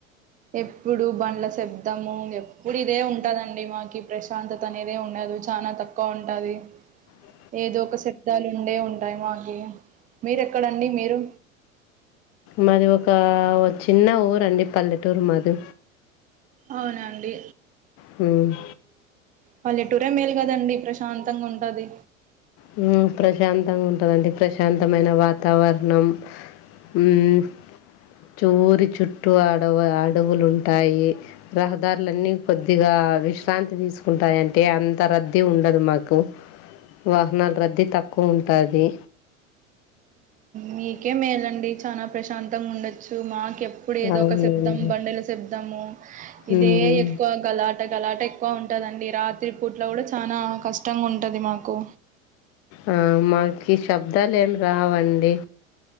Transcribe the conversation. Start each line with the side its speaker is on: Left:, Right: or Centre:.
Right: ఎప్పుడు బండ్ల శబ్దము ఎప్పుడు ఇదే ఉంటదండి మాకి ప్రశాంతత అనేదే ఉండ అ చాలా తక్కువ ఉంటది
Left: అ
Right: ఏదో ఒక శబ్దాలు ఉండే ఉంటాయి మాకి మీరెక్కడండి మీరు
Left: మాది ఒక చిన్న ఊరండి పల్లెటూరు మాది
Right: అవునండి
Left: హ్మ్
Right: పళ్ల్లెటూరే మేల్ కదండి ప్రశాంతంగా ఉంటది
Left: హ్మ్ ప్రశాంతంగా ఉంటదండి ప్రశాంతమైన వాతావరణం హ్మ్ చోరు చుట్ టు అడ అడవులు ఉంటాయి రహదారులన్నీ కొద్దిగా విశ్రాంతి తీసుకుంటు ఉంటాయింటే అంత రద్దీ ఉండదు మాకు వాహనాల రద్దీ తక్కువ ఉంటది
Right: మీకే మేలండి చాలా ప్రశాంతంగా ఉండొచ్చు మా ఎప్పుడు ఏదో
Left: అవునండి
Right: ఒక శబ్దం బండల శబ్దము ఇదే
Left: మ్మ్.
Right: ఎక్కువ గలా పంటగలాట ఎక్కువ ఉంటదండి రాత్రి పూట్లో కూడా చనా కష్టంగా ఉంటది మాకు
Left: ఆ మాకి శబ్దాలు ఏం రావండి